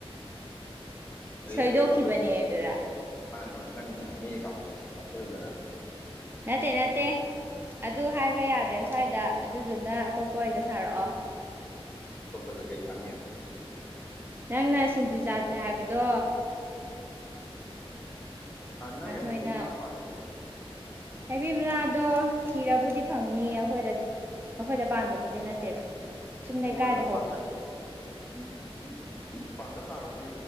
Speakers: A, on the left; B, on the right.
A: ꯑꯩ
B: ꯁꯣꯏꯗꯣꯛꯈꯤꯕꯅꯦ
A: ꯑꯩ ꯍꯃꯗꯨ
B: ꯑꯗꯨꯔ
A: ꯃꯥꯅꯦ ꯃꯥꯅꯦ ꯅꯪꯅ ꯃꯤ ꯑꯦꯀꯥꯎꯟꯗꯣ ꯄꯥꯏꯁꯤꯜꯂꯨꯗꯅ
B: ꯅꯠꯇꯦ ꯅꯠꯇꯦ ꯑꯗꯨ ꯍꯥꯏꯕ ꯌꯥꯗ꯭ꯔꯦ ꯁ꯭ꯋꯥꯏꯗ ꯑꯗꯨꯗꯨꯅ ꯑꯇꯣꯞꯄ ꯑꯣꯏꯅ ꯁꯥꯔꯛꯑꯣ
A: ꯑꯇꯣꯞꯄꯁꯦ ꯀꯔꯤ ꯁꯥꯅꯤ
B: ꯅꯪꯅ ꯁꯤꯡꯖꯨ ꯆꯥꯁꯦ ꯍꯥꯏꯕꯗꯣ
A: ꯎꯝ ꯅꯣꯏ
B: ꯅꯥꯟꯊꯣꯏꯅ
A: ꯍꯩꯕꯤ ꯃꯅꯥ ꯄꯥꯜꯂꯦ ꯍꯥꯏꯗꯥꯏꯅꯦ
B: ꯍꯩꯕꯤ ꯃꯅꯥꯗꯣ ꯊꯤꯔꯕꯨꯗꯤ ꯐꯪꯅꯤꯌꯦ ꯑꯩꯈꯣꯏꯗ ꯑꯩꯈꯣꯏꯗ ꯄꯥꯟꯕꯕꯨꯗꯤ ꯅꯠꯇꯦꯗ ꯁꯨꯝ ꯂꯩꯀꯥꯏꯗ
A: ꯑꯣ ꯑꯗꯣ
B: ꯍꯧꯕꯗꯣ
A: ꯄꯥꯟꯗ ꯎꯝ ꯄꯥꯟꯗ ꯇꯥꯔꯕꯨꯗꯤ